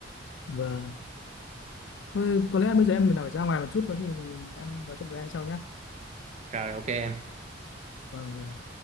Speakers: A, on the left (about 75°); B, on the right (about 35°).
A: và thôi có lẽ bây giờ em phải ra ngoài một chút có gì em nói chuyện với anh sau nhé
B: rồi ok em
A: vâng vâng